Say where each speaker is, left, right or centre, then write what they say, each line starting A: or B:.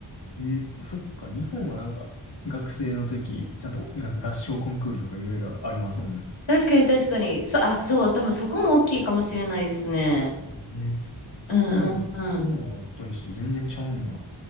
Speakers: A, on the left (about 60°); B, on the left (about 80°).
A: えー、あそっか、日本はなんか、学生の時、ちゃんと、なんか合唱コンクールとかいろいろありますもんね。
B: 確かに確かに。そ、あ、そう、多分そこも大きいかもしれないですね。
A: うん。そうなんや、
B: うんうんうん。
A: そういうのがあったりして、全然ちゃうんや。